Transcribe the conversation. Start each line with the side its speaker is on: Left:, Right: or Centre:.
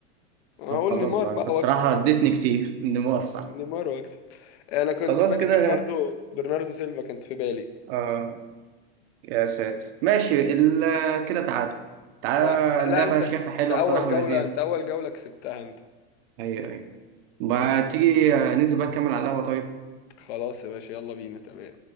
Left: انا
Right: طب
Left: هقول
Right: خلاص
Left: نيمار
Right: بقى
Left: بقى
Right: انت الصراحة
Left: واكسب
Right: اديتني كتير نيمار صح
Left: نيمار واكسب انا كنت
Right: خلاص
Left: في بالي
Right: كده
Left: برناردو برناردو سيلفا كانت في بالي
Right: اه يا ساتر ماشي ال- كده تعادل تعالى
Left: لا, لا
Right: اللعبة
Left: انت
Right: شايفها
Left: انت
Right: حلوة
Left: اول
Right: الصراحة ولذيذة
Left: جولة انت اول جولة كسبتها انت
Right: ايوه ايوه ما تيجي آه، ننزل بقى نكمل على القهوة طيب
Left: خلاص يا باشا يلا بينا تمام